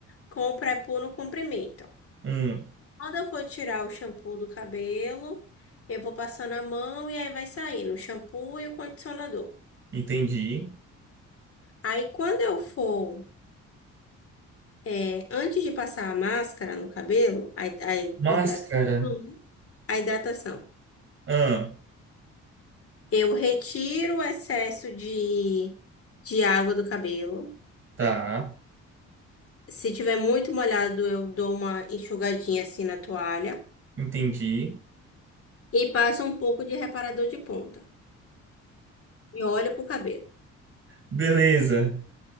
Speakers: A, on the left; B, on the right.
A: com o pré-poo no comprimento.
B: Hum,
A: Quando eu for tirar o shampoo do cabelo, eu vou passando a mão e aí vai saindo o shampoo e o condicionador.
B: entendi.
A: Aí quando eu for, é, antes de passar a máscara no cabelo, a, a
B: Máscara.
A: hidratação, né? a hidratação,
B: Ah,
A: eu retiro o excesso de, de água do cabelo.
B: tá.
A: Se tiver muito molhado, eu dou uma enxugadinha assim na toalha
B: Entendi.
A: e passo um pouco de reparador de ponta. E olho pro cabelo.
B: Beleza.